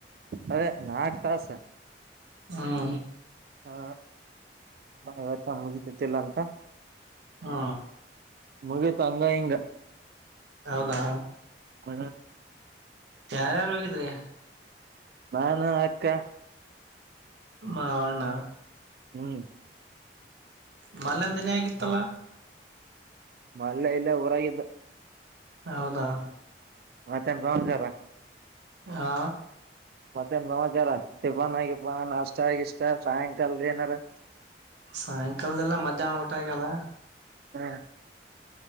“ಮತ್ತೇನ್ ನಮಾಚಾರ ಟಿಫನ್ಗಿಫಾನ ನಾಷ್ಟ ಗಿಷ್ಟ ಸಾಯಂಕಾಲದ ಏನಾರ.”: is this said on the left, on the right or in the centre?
Right